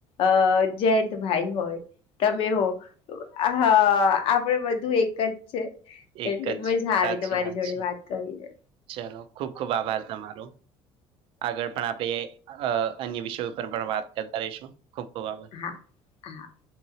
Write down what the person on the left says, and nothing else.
અ જયંતભાઈ હોય તમે હો હા આપણે બધું એક જ
એટલે મજા
આવી
તમારી જોડે
વાત કરીને
હા હા